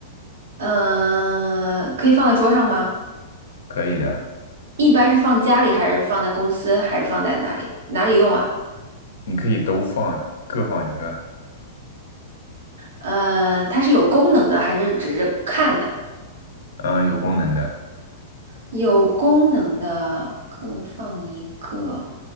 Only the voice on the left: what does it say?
可以的，
你可以都放，各放一个，
嗯、有功能的，